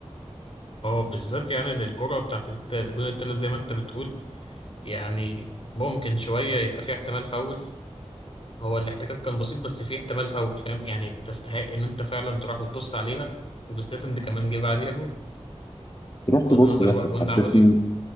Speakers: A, on the left; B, on the left.
A: اه بالذات يعني ان الكرة بتاعت الت- الجون التالت زي ما انت بتقول يعني ممكن شوية يبقى في احتمال فاول هو الاحتكاك كان بسيط بس في احتمال فاول فاهم يعني تستحق ان انت فعلا تروح وتبص عليها وبالذات ان كمان جه بعديها جون
B: تروح
A: بغض
B: تبص
A: النظر
B: بس
A: بقى الجون
B: تحسسني
A: ده عمل ايه